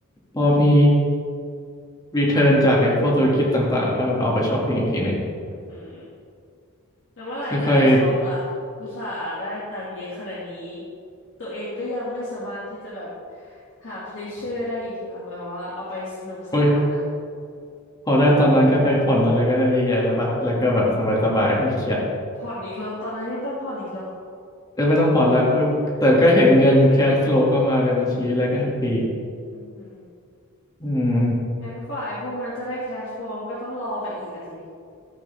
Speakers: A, on the left; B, on the left.
A: พอมีรีเทิร์นจากไอ้พวกธุรกิจต่างๆก็เอาไปช้อปปิ้งอีกทีหนึ่ง
B: อือหือแล้วเมื่อไหร่จะได้ช็อปล่ะอุตส่าห์ได้ตังค์เยอะขนาดนี้
A: ค่อย
B: ตัวเองก็ยังไม่สามารถที่จะแบบหาเพลชเชอร์ได้อีกล่ะแบบว่าเอาไปสนุกสนานอะ
A: ๆโอ้ยพอได้ตอนนั้นก็ไปผ่อนอะไรก็ได้เยอะแยะแล้วป่ะแล้วก็แบบสบายๆไม่เครียด
B: ผ่อนอีกเหรอตอนนั้นยังต้องผ่อนอีกเหรอ
A: เออไม่ต้องผ่อนแล้วก็แต่ก็เห็นเงินแคชฟลูเข้ามาในบัญชีอะไรก็แฮปปี้
B: อือ
A: อืม
B: งั้นกว่าไอ้พวกนั้นจะได้แคชโฟมก็ต้องรอไปอีกอะสิ